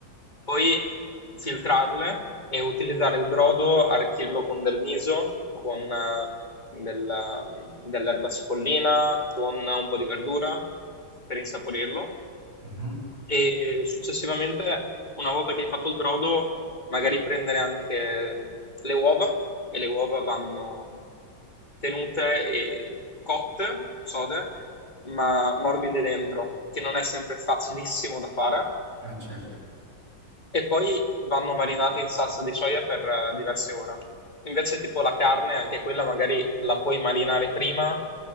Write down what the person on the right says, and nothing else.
mhm.
Ah, certo.